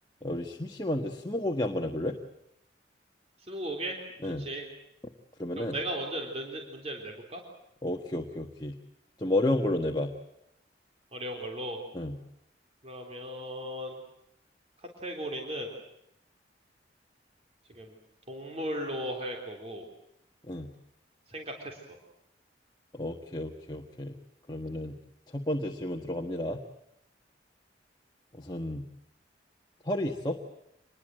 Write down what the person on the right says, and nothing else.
스무고개?
좋지.
그럼 내가 먼저 낸- 문제를 내볼까?
어려운 걸로.
그러면 카테고리는 지금 동물로 할 거고
생각했어.